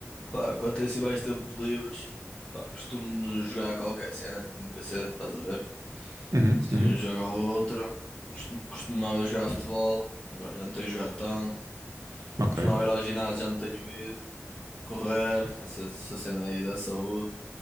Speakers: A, on the left (about 20°); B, on the right (about 85°).
A: Pá, quando tenho assim mais tempos livres, pá, costumo jogar qualquer cena, tipo no PC, estás a ver?
B: Uhum,
A: Assim,
B: uhum.
A: um jogo ou outro. Costum- Costumava jogar futebol, agora já não tenho jogado tanto.
B: Ok.
A: Costumava ir ao ginásio, já não tenho ido. Correr, essa, essa cena aí da saúde.